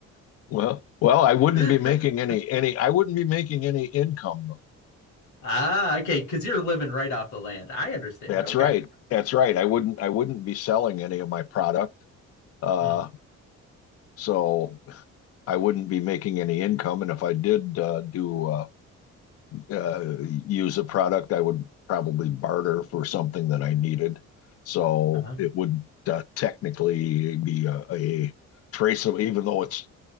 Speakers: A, on the left; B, on the left.
A: Well, well, I wouldn't
B: <laughs>
A: be making any any I wouldn't be making any income though.
B: ah, okay, because you're living right off the land. I understand.
A: That's
B: Okay.
A: right. That's right. I wouldn't I wouldn't be selling any of my product. Uh,
B: Mm.
A: so I wouldn't be making any income. And if I did uh, do uh, uh, use a product, I would probably barter for something that I needed. So
B: Uh-huh.
A: it wouldn't technically be a a traceable, even though it's